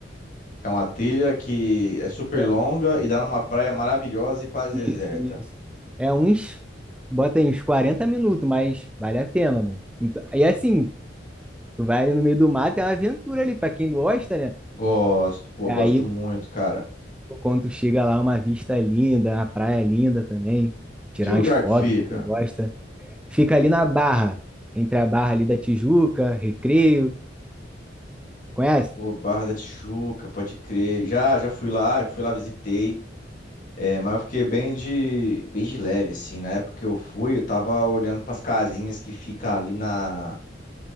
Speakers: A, on the left; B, in the centre.
A: É uma trilha que é super
B: É,
A: longa e dá numa praia maravilhosa e quase
B: isso,
A: deserta.
B: isso. É uns, bota aí uns 40 minutos, mas vale a pena, mano. Então, e assim, tu vai ali no meio do mato, é uma aventura ali, pra quem gosta, né?
A: Gosto, pô,
B: E
A: gosto
B: aí,
A: muito, cara.
B: pô, quando tu chega lá, uma vista linda, a praia é linda também, tirar
A: Que lugar
B: umas fotos
A: que fica?
B: pra quem gosta. Fica ali na Barra, entre a Barra ali da Tijuca, Recreio, conhece?
A: Pô, Barra da Tijuca, pode crer. Já, já fui lá, fui lá, visitei. É, mas eu fiquei bem de, bem de leve, assim. Na época que eu fui, eu tava olhando pras casinhas que fica ali na.